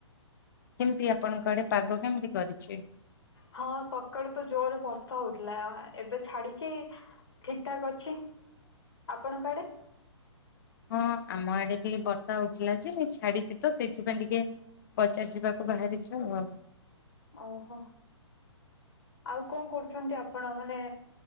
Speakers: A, on the left (about 45°); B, on the left (about 60°).
A: କେମିତି ଆପଣଙ୍କ ଆଡେ ପାଗ କେମିତି କରିଛି?
B: ହଁ ସକାଳୁ ତ ଜୋରରେ ବର୍ଷା ହଉଥିଲା ଏବେ ଛାଡିଛି ଠିକ୍ ଠାକ୍ ଅଛି ଆପଣଙ୍କ ଆଡେ?
A: ହଁ ଆମ ଆଡେ ବି ବର୍ଷା ହଉଥିଲା ଯେ ଛାଡିଛି ତ ସେଇଥିପାଇଁ ଟିକେ ବଜାର ଯିବାକୁ ବାହାରିଛ ଆଉ
B: ଅହ ଆଉ କଣ କରୁଛନ୍ତି ଆପଣ ମାନେ